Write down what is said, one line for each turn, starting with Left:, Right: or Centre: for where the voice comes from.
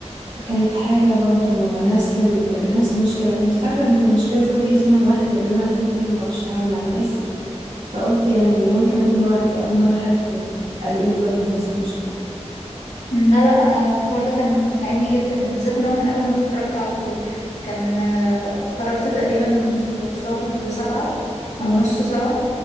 Right: كانت حاجة برضو نفس ال... نفس المشكلة كنت فاكرة إن المشكلة دي واجهتني أنا لوحدي لأن أنا كده كده مبعرفش أتعامل مع الناس فقلت يعني ممكن أكون لوحدي أول مرة حد ألاقيه بيواجه نفس المشكلة
Left: لا لا انا الحوار ده كان متعبني جدا بالذات ان هو كان اول ما اتخرجت على طول كان آه، اتخرجت تقريبا في شهر سبعة
Right: مم.
Left: او نص سبعة